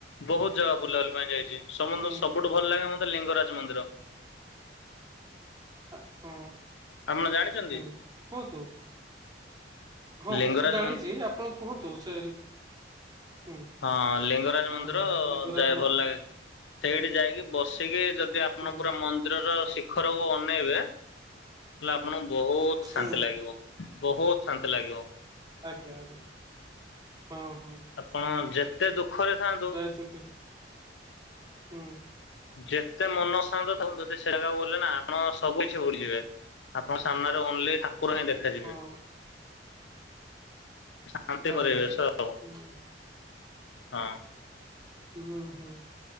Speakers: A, on the left (about 75°); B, on the right (about 20°).
A: ବହୁତ ଜାଗା ବୁଲାବୁଲି ପାଇଁ ଯାଇଚି। ସମୁନ
B: ହୁଁ
A: ସୁବୁଠୁ ଭଲ ଲାଗେ ମତେ ଲିଙ୍ଗରାଜ ମନ୍ଦିର।
B: ଆ ହଁ
A: ଆପଣ ଜାଣିଛନ୍ତି
B: ହୁଁ କୁହନ୍ତୁ? ହଁ
A: ଲିଙ୍ଗରାଜ
B: ମୁଁ ତ ଜାଣିଛି
A: ମନ୍ଦି
B: ଆପଣ କୁହନ୍ତୁ ସେ ହୁଁ
A: ହଁ ଲିଙ୍ଗରାଜ ମନ୍ଦିର
B: ହୁଁ ଲିଙ୍ଗରାଜ
A: ଯାଏ
B: ମ
A: ଭଲ ଲାଗେ। ସେଇଠି ଯାଇକି ବସିକି ଯଦି ଆପଣ
B: ହୁଁ
A: ପୁରା ମନ୍ଦିରର ଶି ଖରକୁ ଅନେଇବେ ହେଲେ ଆପଣଙ୍କୁ ବହୁତ ଶାନ୍ତି
B: ହୁଁ
A: ଲାଗିବ। ବହୁତ ଶାନ୍ତି ଲାଗିବ।
B: ଆଜ୍ଞା ଆଜ୍ଞା ହୁଁ ହୁଁ।
A: ଆପଣ ଯେତେ ଦୁଃଖରେ ଥାନ୍ତୁ
B: <unintelligible> ହୁଁ।
A: ଯେତେ ମନ ଶାନ୍ତ ତା ଯଦି ସେ ଜାଗାକୁ ଗଲେ ନା ଆପଣ ସବୁ କିଛି ଭୁଲିଯିବେ। ଆପଙ୍କ ସାମ୍ନାରେ ଓନ୍ଲି ଠାକୁର ହିଁ ଦେଖାଯିବେ।
B: ହଁ
A: ଶାନ୍ତି
B: ଆଜ୍ଞା
A: ପରିବେଶ ଆଉ
B: ହୁଁ
A: ହଁ।
B: ହୁଁ ହୁଁ।